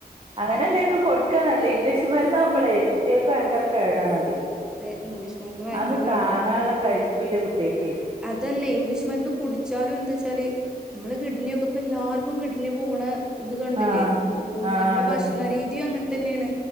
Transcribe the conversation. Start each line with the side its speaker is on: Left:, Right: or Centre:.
Right: അങ്ങനെ എന്തേക്കെ കൊട്ക്കാ നല്ലെത് ഇംഗ്ലീഷ് മരുന്നാവ്മ്പളേ കുട്ട്യാക്ക് ഭയങ്കര കേടാണത്
Centre: അതെ ഇംഗ്ലീഷ് മരുന്ന് ഭയങ്കര
Right: അതൊന്നും
Centre: കേടാണ്
Right: താങ്ങാള്ള കെല്പ്പില്ല കുട്ട്യേക്കേ
Centre: അതല്ലേ ഇംഗ്ലീഷ് മരുന്ന് കുട്ച്ചാലും എന്താച്ചാല് നമ്മള് കിഡ്ണിനൊക്കെ ഇപ്പൊ എല്ലാർക്കും ഗിഡണി പോക്ണെ ഇത് കണ്ടില്ലേ
Right: ആഹ്
Centre: ഒരോന്ന്
Right: ആഹ്
Centre: നമ്മളെ
Right: അതന്നെ
Centre: ഭക്ഷണ രീതിം അങ്ങൻതന്നേണ്